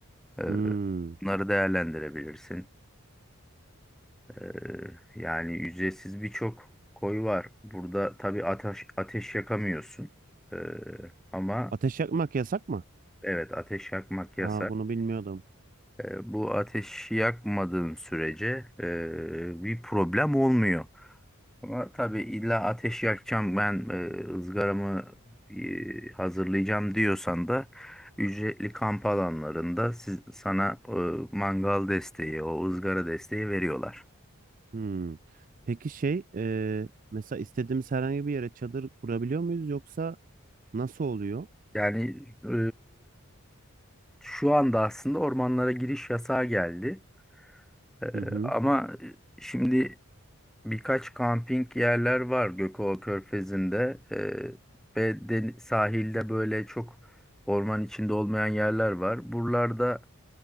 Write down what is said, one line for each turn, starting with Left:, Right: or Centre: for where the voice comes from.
Centre: Ee,
Right: Hmm.
Centre: bunları değerlendirebilirsin. Ee, yani ücretsiz birçok koy var. Burada tabii ateş, ateş yakamıyorsun. Ee, ama
Right: Ateş yakmak yasak mı?
Centre: evet ateş yakmak yasak.
Right: Aa bunu bilmiyordum.
Centre: Ee, bu ateş yakmadığın sürece ee, bir problem olmuyor. Ama tabii illa ateş yakacağım ben ee, ızgaramı ee, hazırlayacağım diyorsan da ücretli kamp alanlarında siz, sana ee, mangal desteği, o ızgara desteği veriyorlar.
Right: Hmm. Peki şey e, mesela istediğimiz herhangi bir yere çadır kurabiliyor muyuz yoksa nasıl oluyor?
Centre: Yani e, Şu anda aslında ormanlara giriş yasağı geldi. Ee,
Right: Hı hı.
Centre: ama e, şimdi birkaç kamping yerler var Gökova Körfezi'nde ee, ve den- sahilde böyle çok orman içinde olmayan yerler var. Buralarda